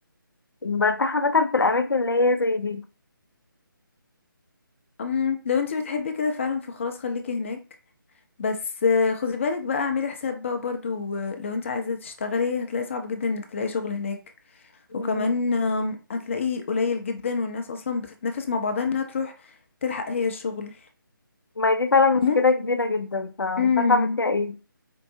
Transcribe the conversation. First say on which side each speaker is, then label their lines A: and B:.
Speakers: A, on the left (about 75°); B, on the left (about 35°).
A: برتاح عامة في الأماكن اللي هي زي دي
B: أم لو انت بتحبي كده فعلا فخلاص خليكي هناك بس آه، خدي بالك بقى اعملي حساب بقى برضو آه، لو انت عايزه تشتغلي هتلاقي صعب جدا انك تلاقي شغل هناك
A: مم.
B: وكمان آم، هتلاقيه قليل جدا والناس اصلا بتتنافس مع بعضها انها تروح تلحق هي الشغل
A: ما هي دي فعلا مشكلة
B: مم.
A: كبيرة جدا فمش
B: مم.
A: عارفة أعمل فيها إيه